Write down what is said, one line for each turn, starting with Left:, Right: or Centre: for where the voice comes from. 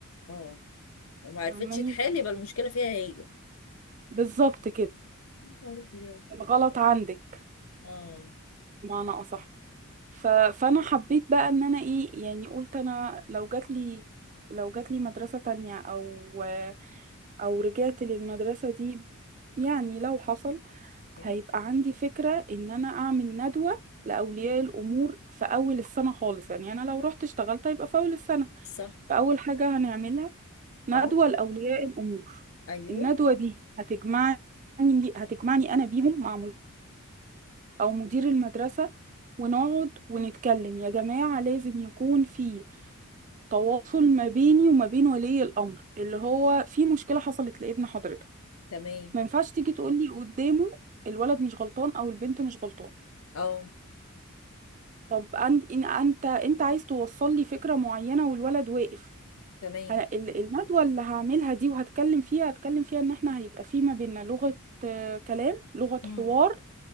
Left: اه وما عرفتش
Right: فاهماني
Left: تحل يبقى المشكلة فيها هي
Right: بالظبط كده
Left: يا نهار أبيض.
Right: الغلط عندك
Left: اه
Right: بمعنى أصح ف... فأنا حبيت بقى إن أنا إيه يعني قلت أنا لو جاتلي لو جاتلي مدرسة تانية أو أو رجعت للمدرسة دي يعني لو حصل
Left: إيه.
Right: هيبقى عندي فكرة إن أنا أعمل ندوة لأولياء الأمور في أول السنة خالص يعني أنا لو رحت اشتغلت هيبقى في أول السنة
Left: صح
Right: فأول حاجة هنعملها ندوة
Left: اه
Right: لأولياء الأمور
Left: ايوه
Right: الندوة دي هتجمعني هتجمعني أنا بيهم مع م- أو مدير المدرسة ونقعد ونتكلم يا جماعة لازم يكون في تواصل ما بيني وما بين ولي الأمر اللي هو في مشكلة حصلت لابن حضرتك
Left: تمام
Right: ما ينفعش تيجي تقولي قدامه الولد مش غلطان أو البنت مش غلطان
Left: اه
Right: طب أنت إن أنت أنت عايز توصل لي فكرة معينة والولد واقف
Left: تمام
Right: أنا ال- الندوة اللي هعملها دي وهتكلم فيها هتكلم فيها ان احنا هيبقى في ما بيننا لغة آه، كلام لغة
Left: هم
Right: حوار